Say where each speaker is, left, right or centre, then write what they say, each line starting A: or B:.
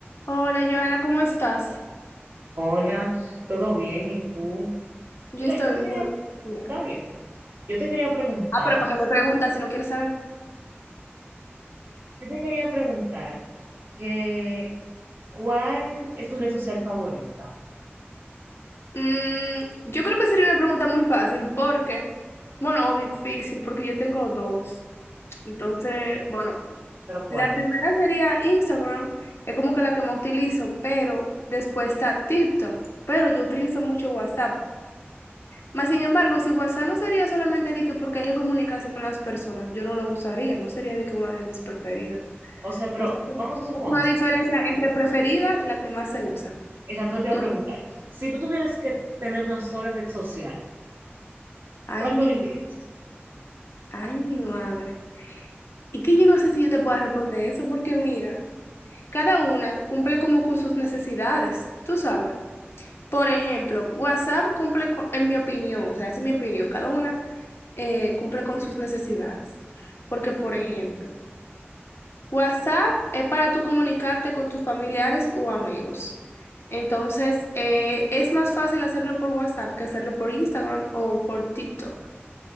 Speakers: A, on the left (about 70°); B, on the right (about 60°).
A: Hola, Joana, ¿cómo estás?
B: Hola, ¿todo bien? ¿Y tú?
A: Yo
B: Mira,
A: estoy
B: yo te
A: muy
B: quería,
A: bien.
B: está bien, yo te quería preguntar,
A: Ah, pero ¿para qué me preguntas si no quieres saber?
B: yo te quería preguntar que ¿cuál es tu red social favorita?
A: Mm, yo creo que sería una pregunta muy fácil porque, bueno, o difícil, porque yo tengo dos. Entonces, bueno,
B: Pero ¿cuál
A: la primera
B: es?
A: sería Instagram, es como que la que más utilizo, pero después está TikTok, pero yo utilizo mucho WhatsApp. Más sin embargo, si WhatsApp no sería solamente de que porque hay que comunicarse con las personas, yo no lo usaría, no sería de que una de mis preferidas.
B: O sea, pero
A: Entonces, como
B: vamos a suponer,
A: una diferencia entre preferida y la que más se usa.
B: exacto, te
A: Entonces,
B: iba a preguntar, si tú tuvieras que tener una sola red social,
A: ay,
B: ¿cuál
A: mi,
B: tú elegirías?
A: ay, mi madre. Y que yo no sé si yo te pueda responder eso, porque mira, cada una cumple como con sus necesidades, tú sabes. Por ejemplo, WhatsApp cumple con- en mi opinión, o sea, esa es mi opinión, cada una eh, cumple con sus necesidades. Porque, por ejemplo, WhatsApp es para tú comunicarte con tus familiares o amigos. Entonces, eh, es más fácil hacerlo por WhatsApp que hacerlo por Instagram o por TikTok.